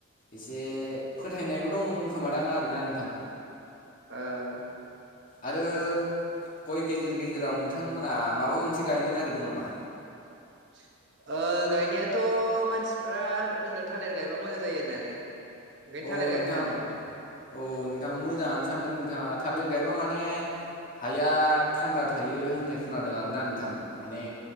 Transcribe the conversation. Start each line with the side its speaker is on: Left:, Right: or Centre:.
Left: एसे फोथायनायबो दं खोमादां आरोना नोंथां।
Right: ओव
Left: आरो गय गेजेर गेजेराव नोंथांमोना माबा मोनसे गायनो नागिरदों नामा?
Right: <unintelligible> ओ गायनायाथ मानसिफ्रा ओन्दो थालिर गायबा मोजां जायो होननानै ओंखायनो
Left: अ
Right: थालिर गायनो
Left: नोंथां
Right: सानदोंमोन
Left: अ नोंथां मोजाङानो सानदों नोंथाङा थालिर गायबा माने हाया थान्दा थायो होननाय खोनादों आरोना नोंथां माने